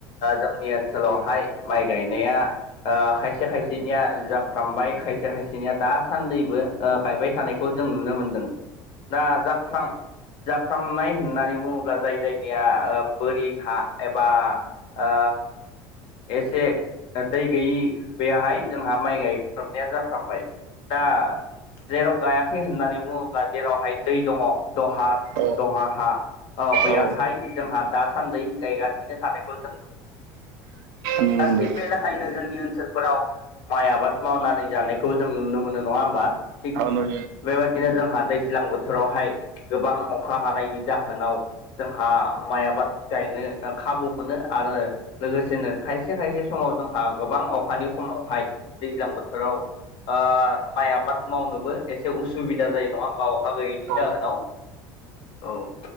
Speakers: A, on the left; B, on the right.
A: जोंनि ओनसोलावहाय माइ गायनाया खायसे खायसे खायसेनिया जाफ्रामबाय खायसे खायसेनिया दासान्दिबो गायबाय थानायखौ जों नुनो मोनदों ना जाबथां जाफ्रामनाय होननानै बुङोब्ला जाय जायनिया बोरि हा एबा ओ एसे दै गैयि बेयाहाय जोंहा माइ गायफ्रामनाया जाफ्रामबाय दा जेराव गायाखै होननानै बुङोब्ला जेरावहाय दै दङ दहा
B: औ
A: दहा हा बेैयहाय
B: औ
A: जोंहा दासान्दि गायगासिनो थानायखौ जों नुनो मोनो
B: नुनो
A: दा
B: मोनदों
A: थिग बे लेखायैनो जोंनि ओनसोल फोराव माइ आबाद मावनानै जानायखौ जों नुनो मोनो नङा होमबा थिग
B: औ नुयो
A: बेबायदिनो जोंहा दैज्लां बोथोरावहाय गोबां अखा हानायनि जाहोनाव जोंहा माइ आबाद गायनो खाबुखोनो आरो लोगोसेनो खायसे खायसे समाव जोंहा गोबां अ खानि खमावहाय दैज्लां बोथोराव ओ माइ आबाद मावनोबो एसे उसुबिदा जायो नङा होमबा अखा गैयैनि
B: औ
A: जाहोनाव औ